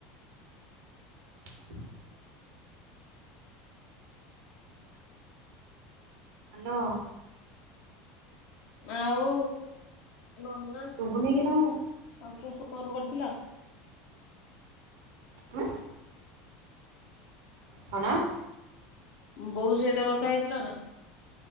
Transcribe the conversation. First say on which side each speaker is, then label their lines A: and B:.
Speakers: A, on the right (about 60°); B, on the left (about 50°).
A: <inaudible> ହ୍ୟାଲୋ
B: ଆଉ। ନନା
A: ତୁ ବୁ ନେଇକିଥା
B: ଆଉ ଫୋନ କରିଥିଲ
A: <inaudible> କଣ
B: ବୋଉ ସହିତ କଥା ହେଇଥିଲା ନା।